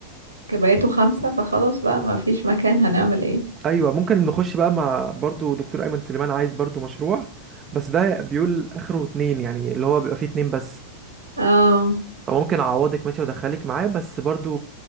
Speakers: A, on the right; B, on the right.
A: بقيتوا خمسة فخلاص بقى ما فيش مكان هنعمل ايه
B: ايوه ممكن نخش بقى مع برضو دكتور ايمن سليمان عايز برضو مشروع بس ده بيقول اخره اتنين يعني اللي هو بيبقى فيه اتنين بس
A: اه
B: فممكن اعوضك ماشي وادخلك معاه بس برضو